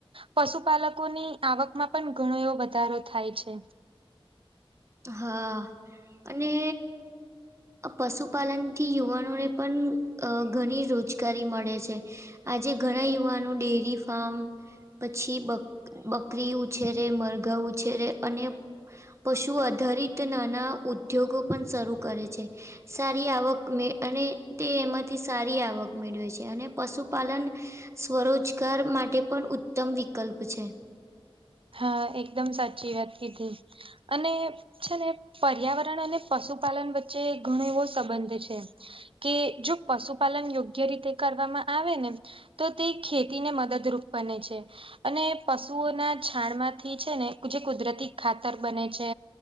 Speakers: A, on the right; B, on the right.
A: પશુપાલકોની આવકમાં પણ ઘણો એવો વધારો થાય છે.
B: હા અને પશુપાલનથી યુવાનોને પણ ઘણી રોજગારી મળે છે. આજે ઘણા યુવાનો ડેરી ફાર્મ પછી બ બકરી ઉછેરે મરઘા ઉછેરે અને પશુ આધારિત નાના ઉદ્યોગો પણ શરૂ કરે છે. સારી આવક મે અને તે એમાંથી સારી આવક મેળવે છે અને પશુપાલન સ્વરોજગાર માટે પણ ઉત્તમ વિકલ્પ છે.
A: હા એકદમ સાચી વાત કીધી અને છે ને પર્યાવરણ અને પશુપાલન વચ્ચે ઘણો એવો સંબંધ છે. કે જો પશુપાલન યોગ્ય રીતે કરવામાં આવે ને તો તે ખેતીને મદદરૂપ બને છે અને પશુઓના છાણ માંથી છે ને જે કુદરતી ખાતર બને છે.